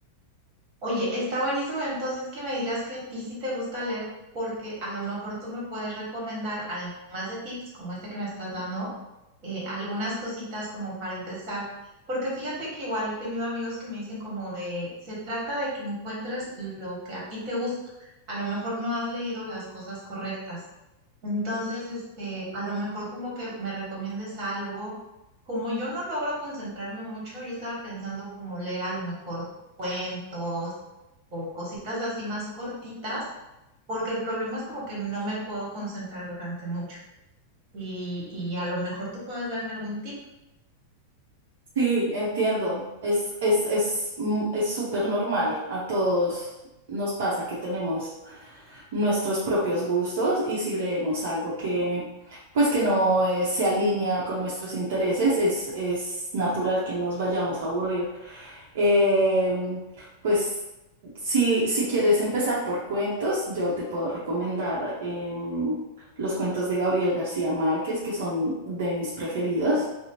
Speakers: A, on the right (about 45°); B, on the right (about 70°).
A: Oye, está buenísimo entonces que me digas que a ti sí te gusta leer, porque a lo mejor tú me puedes recomendar, además de tips como este que me estás dando, eh, algunas cositas como para empezar. Porque fíjate que igual he tenido amigos que me dicen como de, se trata de que encuentres lo que a ti te gusta. A lo mejor no has leído las cosas correctas. Entonces, este, a lo mejor como que me recomiendes algo. Como yo no logro concentrarme mucho, yo estaba pensando como leer a lo mejor cuentos o cositas así más cortitas, porque el problema es como que no me puedo concentrar durante mucho. Y, y a lo mejor tú puedas darme algún tip.
B: Sí, entiendo, es, es, es, mm, es súper normal, a todos nos pasa que tenemos nuestros propios gustos y si leemos algo que, pues que no eh, se alinea con nuestros intereses, es, es natural que nos vayamos a aburrir. Em, pues si, si quieres empezar por cuentos, yo te puedo recomendar em, los cuentos de Gabriel García Márquez, que son de mis preferidos,